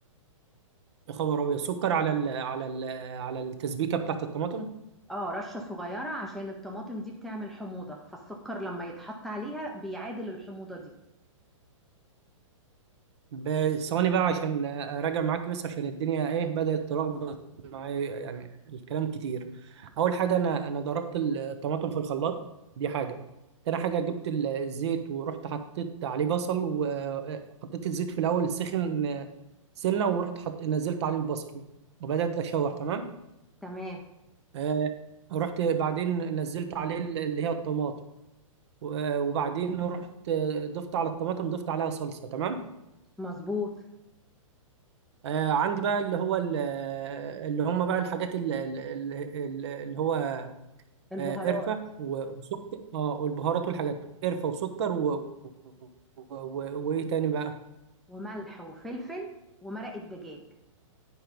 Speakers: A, on the right (about 55°); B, in the centre.
A: يا خبر ابيض سكر على ال على ال على التسبيكه بتاعت الطماطم
B: اه رشة صغيرة عشان الطماطم دي بتعمل حموضة فالسكر لما يتحط عليها بيعادل الحموضة دي
A: ب- ثواني بقى عشان اراجع معاك بس عشان الدنيا ايه بدأت تلخبط معايا يعني الكلام كتير اول حاجه انا انا ضربت الطماطم في الخلاط دي حاجه تاني حاجه جبت ال- الزيت ورحت حطيت عليه بصل وحطيت الزيت في الاول سخن سنه ورحت حط نزلت عليه البصل وبدأت اشوح تمام
B: تمام
A: آه، رحت بعدين نزلت عليه اللي هي الطماطم و- وبعدين رحت ضفت على الطماطم ضفت عليها صلصه تمام
B: مظبوط
A: آه، عندي بقى اللي هو ال- اللي هم بقى الحاجات ال- ال- ال- اللي هو
B: البهارات
A: آه، قرفة و- وسكر اه والبهارات والحاجات قرفة وسكر و- و- و- وايه تاني بقى
B: وملح وفلفل ومرق الدجاج